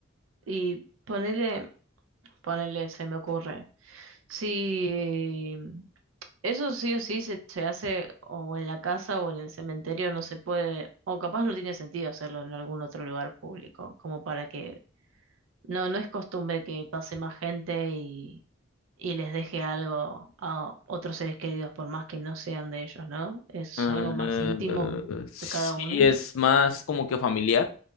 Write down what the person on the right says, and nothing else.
Y ponele, ponele, se me ocurre. Si eso sí o sí se, se hace o en la casa o en el cementerio, no se puede, o capaz no tiene sentido hacerlo en algún otro lugar público, como para que no, no es costumbre que pase más gente y, y les deje algo a otros seres queridos, por más que no sean de ellos, ¿no? Es
algo más íntimo
de cada uno.